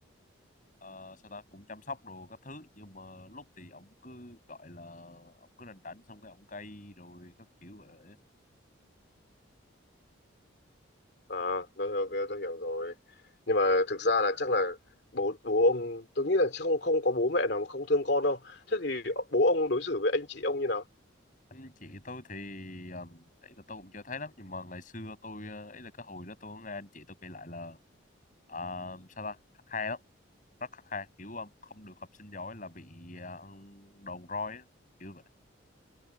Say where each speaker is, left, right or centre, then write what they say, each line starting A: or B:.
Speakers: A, on the left; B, on the left.
A: ờ, sao ta cũng chăm sóc đồ các thứ nhưng mà lúc thì ổng cứ gọi là ổng cứ rảnh rảnh xong cái ổng cay rồi các kiểu vậy
B: à tôi, hiểu- tôi, tôi hiểu rồi nhưng mà thực ra là chắc là bố bố ông tôi nghĩ là chắc không không có bố mẹ nào mà không thương con đâu thế thì bố ông đối xử với anh chị ông như nào
A: anh chị tôi thì um, ấy là tôi cũng chưa thấy lắm nhưng mà ngày xưa tôi ờ, ấy là cái hồi đó tôi có nghe anh chị tôi kể lại là ờ, sao ta khắt khe lắm rất khắt khe kiểu um, không được học sinh giỏi là bị ờ, ăn đòn roi á, kiểu vậy